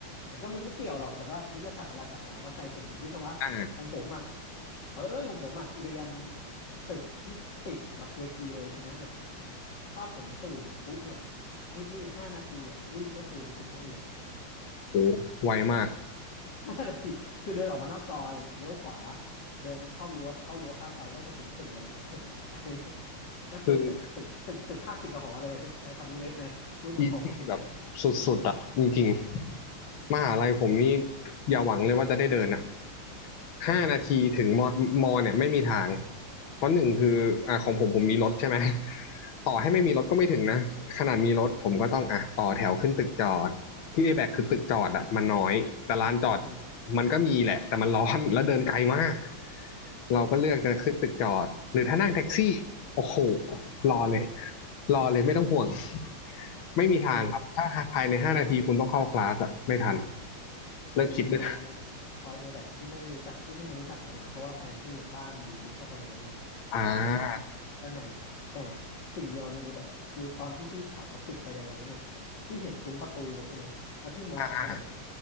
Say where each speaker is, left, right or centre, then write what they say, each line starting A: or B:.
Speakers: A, on the left; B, on the left.
A: แต่ก็มันไม่เกี่ยวหรอกแต่ว่าวิทยาศาสตร์เวลากลับหอก็ไกลสุดไงวิศวะของผมอ่ะ
B: <coughs> อ่า
A: เผอิญของผมอ่ะเรียนตึกที่ติดกับเกกีเลยฉะนั้นน่ะถ้าผมตื่นปุ๊บเนี่ยรีบๆห้านาทีอ่ะวิ่งก็คือถึงห้องเรียน
B: โหไวมาก
A: ห้านาทีคือเดินออกมานอกซอยเลี้ยวขวาเดินเข้ารั้วเข้ารั้วข้ามไปก็คือถึงตึกเลยแหละ <laughs> อันนี้ก็คือตึกตึกตึกตึกภาคติดกับหอเลยอะจะใช้คำนี้เลย
B: คือ
A: <laughs> พูดตรงๆเลยเออ
B: ที่ที่แบบสุดๆอ่ะจริงๆมหาลัยผมนี่อย่าหวังเลยว่าจะได้เดินอ่ะ
A: อืม
B: ห้านาทีถึงมอมอเนี่ยไม่มีทางเพราะหนึ่งคืออ่าของผมผมมีรถใช่ไหมต่อให้ไม่มีรถก็ไม่ถึงนะขนาดมีรถผมก็ต้องอ่ะต่อแถวขึ้นตึกจอดที่เอแบกคือตึกจอดอ่ะมันน้อยแต่ลานจอด
A: อืมอืมอืม
B: มันก็มีแหละแต่มันร้อนแล้วเดินไกลมากเราก็เลือกจะขึ้นตึกจอดหรือถ้านั่งแท็กซี่โอ้โห
A: คือคือพี่
B: รอเลย
A: โห
B: รอเลยไม่ต้องห่วง ไม่มีทางครับ
A: คือ
B: ถ้าภายในห้านาทีคุณต้องเข้าคลาสอะไม่ทัน
A: คืออ๋อ คือไอ้ซอยเอ
B: เลิกคิดเลย
A: ซอยเอแบกพี่ไม่ได้รู้จักพี่เพิ่งมารู้จักหลังๆเพราะว่าแฟนพี่อ่ะบ้านอยู่ลึกเข้าไปในนั้นไง
B: อ่า
A: ไปอยู่ด้านในแต่สิ่งเดียวในเอแบกคือตอนที่พี่ขับแล้วติดไฟแดงตรงนั้นน่ะพี่เห็นซุ้มประตูมันใช่ไหมแล้วพี่มองซ้ายไป
B: อ่าอ่า